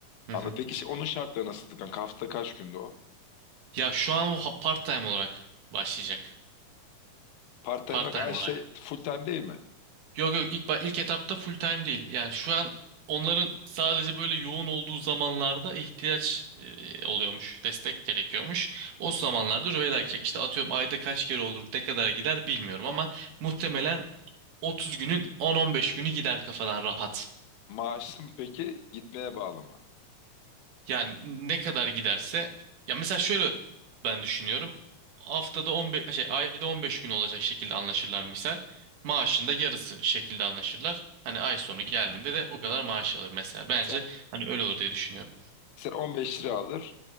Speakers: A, on the right; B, on the left.
A: Hı
B: anladım.
A: hı.
B: Peki şey, onun şartları nasıl? Kanka hafta kaç günde o?
A: Ya şu an o part time olarak başlayacak.
B: Part time
A: Part time
B: her
A: olarak.
B: şey full time değil mi?
A: Yok yok ilk, ba- ilk etapta full time değil. Yani şu an onların sadece böyle yoğun olduğu zamanlarda ihtiyaç e, oluyormuş. Destek gerekiyormuş. O zamanlarda rüveyda gidecek. İşte atıyorum ayda kaç kere olur ne kadar gider bilmiyorum ama muhtemelen 30 günün 10-15 günü gider kafadan rahat.
B: Maaşlı mı peki? Gitmeye bağlı mı?
A: Yani ne kadar giderse ya mesela şöyle ben düşünüyorum. Haftada 15 şey ayda 15 gün olacak şekilde anlaşırlar misal. Maaşın da yarısı şekilde anlaşırlar. Hani ay sonu geldiğinde
B: Ha.
A: de o kadar maaş alır mesela. Bence
B: Bir sen,
A: hani öyle olur diye düşünüyorum.
B: bir sen 15 lira alır